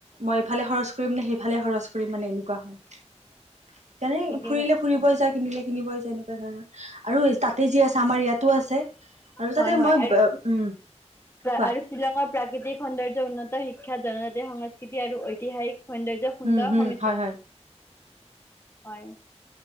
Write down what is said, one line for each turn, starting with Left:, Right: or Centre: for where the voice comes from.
Right: মই এইফালে হৰচ কৰিম নে সেইফালে হৰচ কৰিম মানে এনে এনেকুৱা হয় যেনে
Left: ঠিকেই
Right: ফুৰিলে
Left: কৈছা
Right: ফুৰিব
Left: তুমি
Right: যায় কিনিলে কিনিবই যায় এনেকুৱা ধৰণৰ আৰু তাতে যি আছে আমাৰ ইয়াতো আছে আৰু
Left: হয়
Right: তাতে
Left: হয়
Right: মই
Left: আৰু
Right: ব উম কোৱা
Left: আৰু শ্বিলঙৰ প্ৰাকৃতিক সৌন্দৰ্য উন্নত শিক্ষ বিখ্যাত জনজাতীয় সংস্কৃতি আৰু ঐতিহাসিক সৌন্দয্যৰ সুন্দৰ
Right: উম হম
Left: হমিচ
Right: হয় হয়
Left: হয়